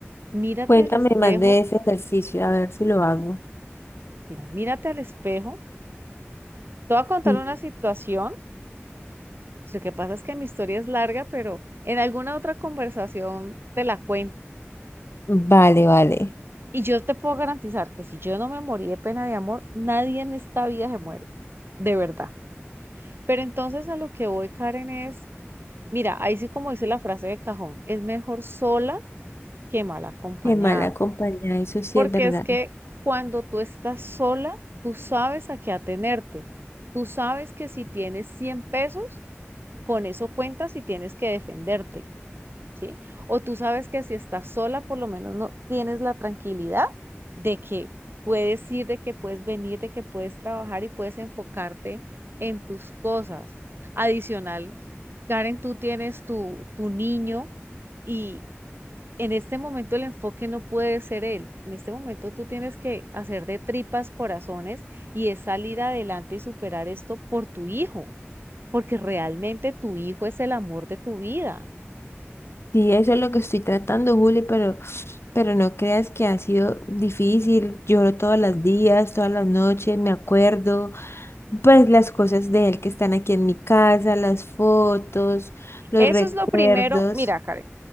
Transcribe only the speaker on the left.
Cuéntame
más de ese ejercicio, a ver si lo hago.
Sí.
Vale, vale.
Qué mala compañía, eso sí
es verdad.
Sí, eso es lo que estoy tratando, Juli, pero, pero no creas que ha sido difícil. Lloro todos los días, todas las noches, me acuerdo. Pues las cosas de él que están aquí en mi casa, las fotos, los
recuerdos.